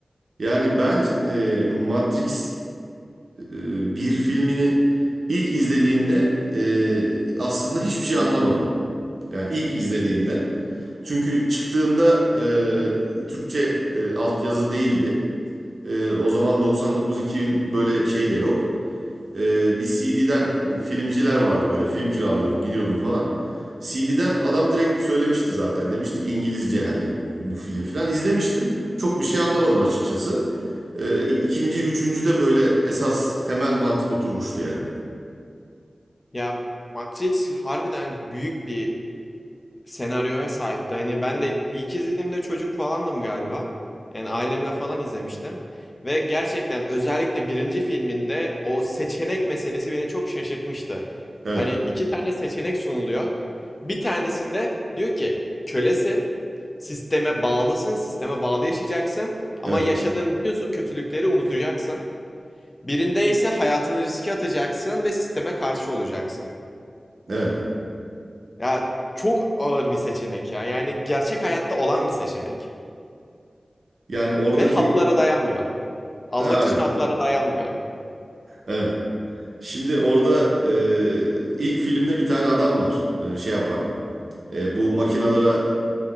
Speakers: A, on the right; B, on the left.
A: Yani ben e, Matrix e, bir filmini ilk izlediğimde e, aslında hiçbir şey anlamadım. Yani ilk izlediğimde. Çünkü çıktığında e, Türkçe e, altyazı değildi. E, o zaman 99-2000 böyle şey de yok. Ee, bir CD'den e, filmciler vardı böyle film kiralıyordun gidiyordun falan. CD'den adam direkt söylemişti zaten demiştik İngilizce hani bu film filan izlemiştim. Çok bir şey anlamadım açıkçası. Ee, ikinci, üçüncü de böyle esas temel mantık oturmuştu yani.
B: Ya Matrix harbiden büyük bir senaryoya sahipti. Hani ben de ilk izlediğimde çocuk falandım galiba. Yani ailemle falan izlemiştim. Ve gerçekten özellikle birinci filminde o seçenek meselesi beni çok şaşırtmıştı.
A: Evet,
B: Hani iki tane seçenek sunuluyor. Bir tanesinde diyor ki kölesin, sisteme bağlısın, sisteme bağlı yaşayacaksın ama
A: evet,
B: yaşadığın bütün so- kötülükleri unutacaksın. Birinde ise hayatını riske atacaksın ve sisteme karşı olacaksın.
A: evet.
B: Ya çok ağır bir seçenek ya. Yani gerçek hayatta olan bir seçenek.
A: Yani oradaki
B: Ve haplara dayanmıyor. Almak
A: evet,
B: için haplara dayanmıyor.
A: evet. Şimdi orada e, ilk filmde bir tane adam var e, şey yapan. E, bu makinalara